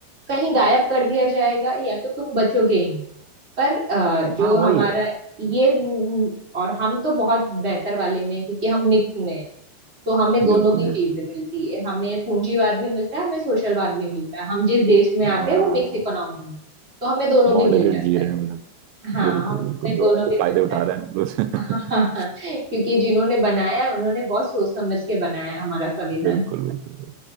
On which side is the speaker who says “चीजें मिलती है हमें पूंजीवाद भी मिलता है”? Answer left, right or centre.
Right